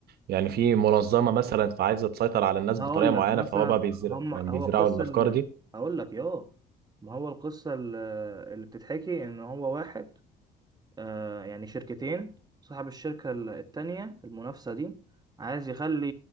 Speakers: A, on the right; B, on the right.
A: يعني في منظمه مثلا فعايزه تسيطر على الناس
B: هقول
A: بطريقه معينه
B: لك مثلا
A: فهو بقى بيزرع
B: هم
A: يعني
B: هو
A: بيزرعوا
B: القصة
A: الافكار
B: ال...
A: دي
B: هقول لك ياه ما هو القصة ال- اللي بتتحكي ان هو واحد آه، يعني شركتين صاحب الشركة ال- التانية المنافسة دي عايز يخلي